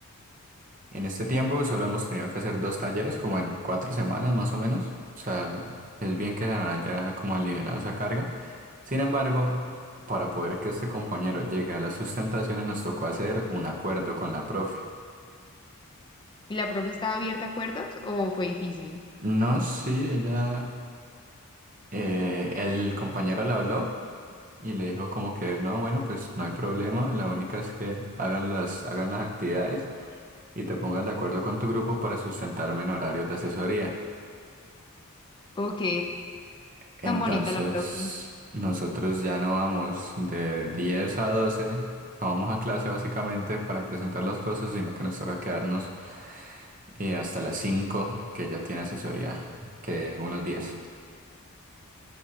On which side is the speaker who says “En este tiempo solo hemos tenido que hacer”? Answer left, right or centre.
Right